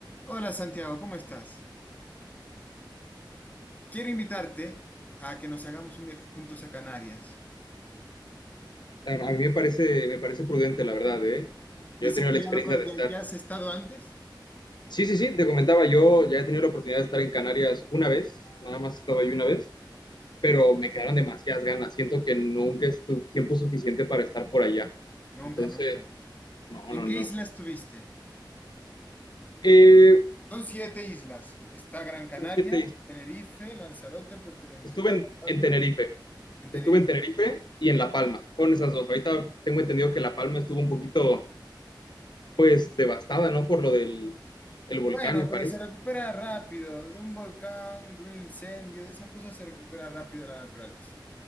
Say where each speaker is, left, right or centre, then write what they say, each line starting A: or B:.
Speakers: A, on the left (about 20°); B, on the left (about 65°).
A: Hola Santiago, ¿cómo estás? Quiero invitarte a que nos hagamos un viaje juntos a Canarias.
B: A a mí me parece, me parece prudente, la verdad, ¿eh?
A: ¿Dices
B: Yo he tenido
A: que
B: la experiencia
A: ya, lo, co-
B: de
A: ya,
B: estar.
A: ya has estado antes?
B: Sí, sí, sí, te comentaba, yo ya he tenido la oportunidad de estar en Canarias una vez, nada más he estado ahí una vez, pero me quedaron demasiadas ganas. Siento que nunca es tu tiempo suficiente para estar por allá.
A: Nunca,
B: Entonces,
A: nunca.
B: no,
A: ¿En
B: no,
A: qué
B: no.
A: isla estuviste?
B: Eh,
A: Son siete islas. Está Gran Canaria,
B: son siete islas.
A: Tenerife, Lanzarote, Fuerteventura,
B: Estuve en,
A: La Palma,
B: en Tenerife,
A: en Tenerife.
B: estuve en Tenerife y en La Palma, con esas dos. Ahorita tengo entendido que La Palma estuvo un poquito, pues, devastada, ¿no? Por lo del el volcán,
A: Bueno,
B: me
A: pero
B: parece.
A: se recupera rápido de un volcán, de un incendio, de esas cosas se recupera rápido la naturaleza.